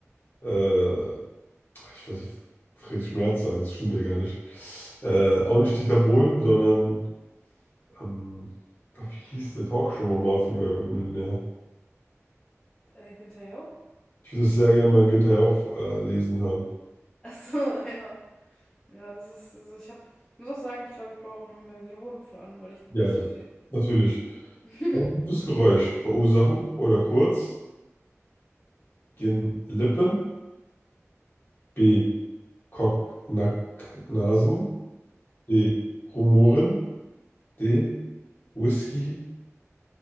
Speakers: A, on the left; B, on the left.
A: Äh, ich wollte Friedrich Merz sagen, das stimmt ja gar nicht. Äh, auch nicht Dieter Bohlen, sondern. Ähm, ach, wie hieß der Talkshow nochmal von Wer wird Millionär?
B: Äh, Günther Jauch?
A: Ich würde es sehr gerne mal Günther Jauch äh, lesen hören.
B: Ach so, ja. Ja, das ist, also ich habe, ich muss auch sagen, ich glaube, ich brauche auch noch mehr Wiederholung von allem, weil ich noch
A: Ja,
B: nicht
A: ja.
B: so viel.
A: Natürlich.
B: <laughs>
A: Ein gutes Geräusch verursachen oder kurz. Gehen Lippen. B. Kocknacknasen. D. Rumoren. D. Whisky